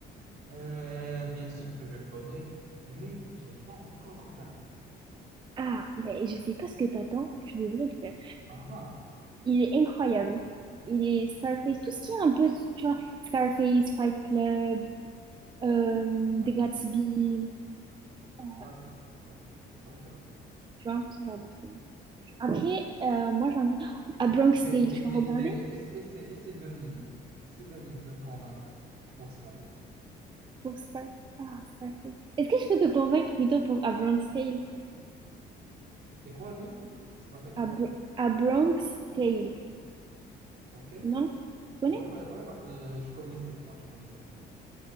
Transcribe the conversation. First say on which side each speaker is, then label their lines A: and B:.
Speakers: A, on the right; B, on the right.
A: Euh, bien sûr que je connais, mais j'ai pas encore regardé.
B: Ah, ben je sais pas ce que t'attends, tu devrais le faire.
A: Ah, ah,
B: Il est incroyable. Il est Scarface, tout ce qui est un peu, tu vois, Scarface, Fight Club, euh,
A: d'accord,
B: The Gatsby, euh,
A: d'accord. Ok, ok, ok.
B: tu vois, ce genre de film. Après, euh, moi j'ai envie... Ah, Bronx
A: Mais,
B: Tale,
A: mais,
B: tu
A: mais,
B: vas regarder?
A: mais essa- essaie, essaie de me, essaie de me, de me convaincre pour Scarface.
B: Pour Scar... Ah, Scarface. Est-ce que je peux te convaincre plutôt pour A Bronx Tale?
A: C'est quoi, lui? Ça s'appelle comment?
B: A, Bro- A Bronx Tale.
A: Ok.
B: Non? Tu connais?
A: Ouais, ouais, ouais, bah, euh, je connaissais pas, je connaissais pas.